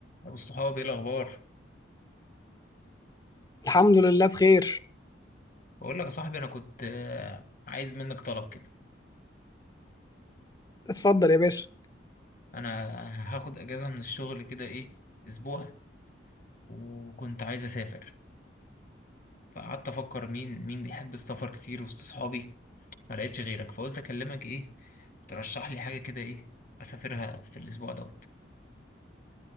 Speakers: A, on the left; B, on the left.
A: ابو الصحاب ايه الاخبار
B: الحمد لله بخير
A: بقول لك يا صاحبي انا كنت آه، عايز منك طلب كده
B: اتفضل يا باشا
A: انا هاخد اجازه من الشغل كده ايه اسبوع وكنت عايز اسافر فقعدت افكر مين مين بيحب السفر كتير وسط اصحابي ما لقيتش غيرك فقلت اكلمك ايه ترشح لي حاجه كده ايه اسافرها في الاسبوع دوت